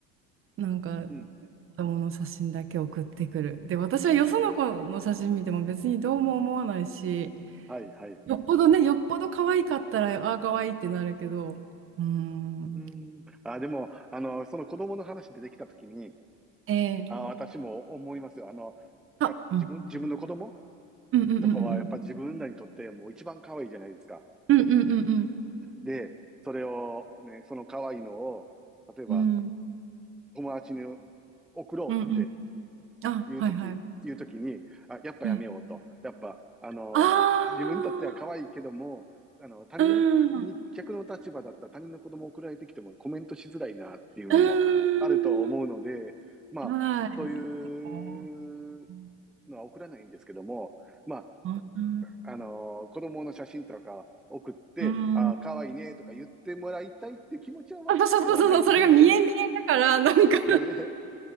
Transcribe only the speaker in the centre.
うん、
はい、はい。
うん。あ、でも、あの、その子供の話出てきたときに、
あ、私も思いますよ。あの、
やっぱ自分、
自分の子供
とかはやっぱ自分らにとってもう一番可愛いじゃないですか。
で、それをね、その可愛いのを、例えば
友達に送ろうって
いうとき、
言うときに、あ、やっぱやめようと。
やっぱ、あのー自分にとっては可愛いけども、
あの、他人に、
逆の立場だったら他人の子供送られてきてもコメントしづらいなっていうのもあると思うので、
まあ、
そういう
のは送らないんですけども、まあ、
あのー子供の写真とか送って、
ああ、かわいいねとか言ってもらいたいって気持ちはわからんではないで。
<laughs>
はい、